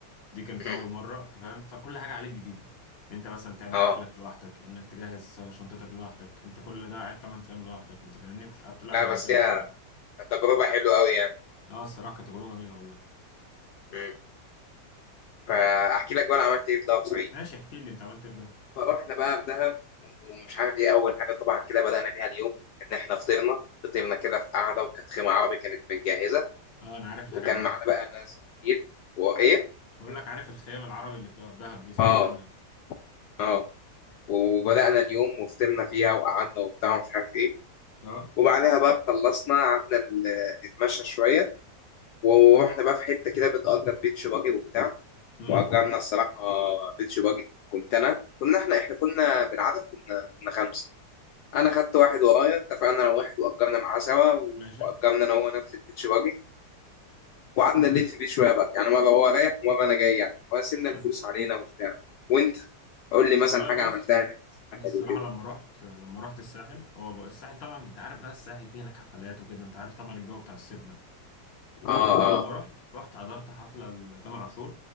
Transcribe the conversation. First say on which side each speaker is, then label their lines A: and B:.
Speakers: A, on the left; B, on the left.
A: دي كانت
B: مم.
A: اول مره فاهم فكل حاجه عليك جديده ان انت مثلا تعمل
B: اه
A: اكلك لوحدك انك تجهز شنطتك لوحدك انت كل ده قاعد 8 ايام لوحدك انت فاهمني مش قعدت لوحدي
B: لا بس
A: قبل كده
B: هي
A: الصراحه
B: تجربه حلوه قوي يعني
A: اه الصراحه كانت تجربه جميله والله
B: مم. فاحكي لك بقى انا عملت ايه في دهب صحيح
A: ماشي احكي لي انت عملت إيه في ده
B: فروحنا بقى في دهب ومش عارف ايه اول حاجه طبعا كده بدانا بيها اليوم ان احنا فطرنا فطرنا كده في قعده وكانت خيمه عربي كانت متجهزه
A: اه انا عارف الحاجات
B: وكان
A: دي
B: معانا بقى ناس كتير وايه
A: بقول لك عارف الخيام العربي اللي بتبقى في دهب دي سمعت
B: اه
A: عنها
B: اه وبدانا اليوم وفطرنا فيها وقعدنا وبتاع ومش عارف ايه
A: اه
B: وبعدها بقى خلصنا قعدنا ال- نتمشى شويه ورحنا بقى في حته كده بتأجر بيتش باجي وبتاع
A: امم
B: واجرنا الصراحه بيتش باجي كنت انا كنا احنا احنا كنا بالعدد كنا كنا خمسه انا خدت واحد ورايا اتفقنا انا واحد واجرنا معاه سوا
A: ماشي
B: واجرنا انا هو نفس البيتش باجي وقعدنا نلف بيه شويه بقى يعني مره هو رايح ومره انا جاي يعني وقسمنا
A: <laughs>
B: الفلوس علينا وبتاع وانت قول لي مثلا
A: والله
B: حاجه
A: بص
B: عملتها هناك
A: انا
B: حلو
A: الصراحه
B: كده
A: لما رحت لما رحت الساحل هو بقى- الساحل طبعا انت عارف بقى الساحل فيه هناك حفلات وكده انت عارف طبعا الجو بتاع الصيف ده
B: اه اه
A: فلما رحت رحت حضرت حفلة لتامر عاشور